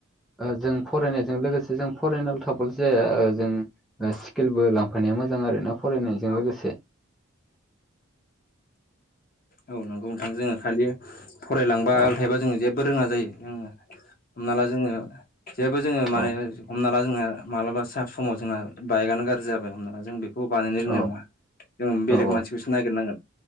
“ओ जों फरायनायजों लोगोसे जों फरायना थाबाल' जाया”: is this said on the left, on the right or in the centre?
Centre